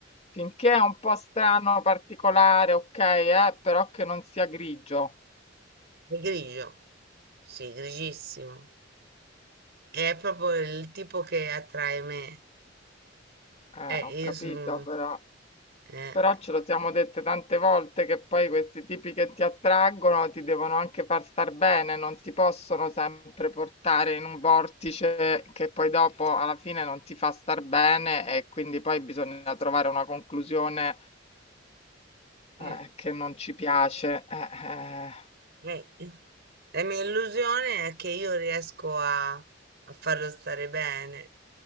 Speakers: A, on the left; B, on the right.
A: Finché è un po' strano, particolare, ok, eh, però che non sia grigio.
B: E grigio, sì, grigissimo. È proprio il tipo che attrae me.
A: Eh,
B: Eh,
A: ho capito,
B: io sono...
A: però.
B: eh,
A: Però ce lo siamo dette tante volte che poi questi tipi che ti attraggono ti devono anche far star bene, non ti possono sempre portare in un vortice che poi dopo alla fine non ti fa star bene e quindi poi bisogna trovare una conclusione
B: mm,
A: eh, che non ci piace. Eh, eh.
B: eh. La mia illusione è che io riesco a, a farlo stare bene.